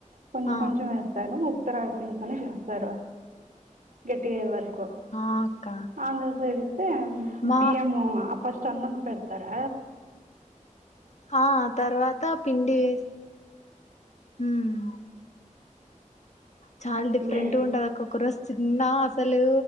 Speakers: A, on the right; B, on the left.
A: కొంచెం
B: ఆ
A: కొంచెం వేస్తారు ఉత్త రాగి పిండితోనే చేస్తారు గట్టిగ అయ్యే వరకు
B: ఆ అక్క
A: ఆంధ్ర సైడి ఇస్తే
B: మా
A: బియ్యం అ ఫస్ట్ అన్నం పెడతార
B: హా తర్వాత పిండి వేసి హమ్ చాల డిఫరెంట్గా
A: మ్,
B: ఉంటది ఒక్క రోజు తిన్న అసలు